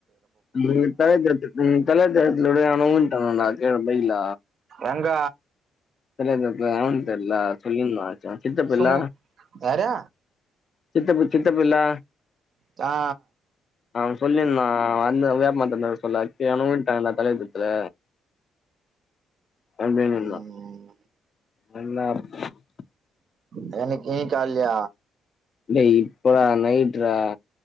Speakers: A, on the left; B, on the right.
A: <unintelligible> ஊன்ட்டன்னாடா கீழ பைக்ல
B: எங்க
A: பிள்ளையார் தோப்புல எவன் தெர்ல்ல சொல்லிருந்தா அச்சா சித்தப்பல்ல
B: சும் யாரு
A: சித்தப்பு சித்தப்புல்ல
B: சா
A: அவ சொல்லிந்தா வந்து வேப்பமரத்தாண்ட இருக்க சொல்ல கீழ யாரோ வுன்ட்டாங்கலா தலைவர் புரத்துல <unintelligible>
B: ம் தெனைக்கி கால்லயா
A: டேய் இப்படா நைட்ரா